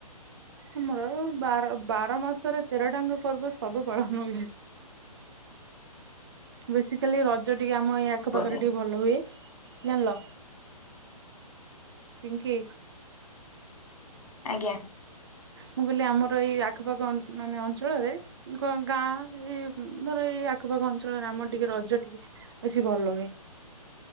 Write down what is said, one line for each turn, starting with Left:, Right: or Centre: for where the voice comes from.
Right: ଆମର ବାର ବାର ମାସରେ ତେରଟାଙ୍ଗ ପର୍ବ ସବୁ ପାଳନ ହୁଏ ବେସିକାଲି ରଜ ଟିକେ ଆମ ଏଇ
Left: ବହୁତ
Right: ଆଖ
Left: ବଢିଆ
Right: ପାାଖରେ ଟିକେ ଭଲ ହୁଏ। ଜାଣିଲ ପିଙ୍କି
Left: ଆଜ୍ଞା
Right: ମୁଁ କହିଲି ଆମର ଏଇ ଆଖପାଖ ମାନେ ଅ ଅଞ୍ଚଳରେ ଗାଁ ଏଇ ମୋର ଏଇ ଆଖପାଖ ଅଞ୍ଚ ଳରେ ଆମ ଟିକେ ରଜ ଟିକେ ବେଶୀ ଭଲ ହୁଏ।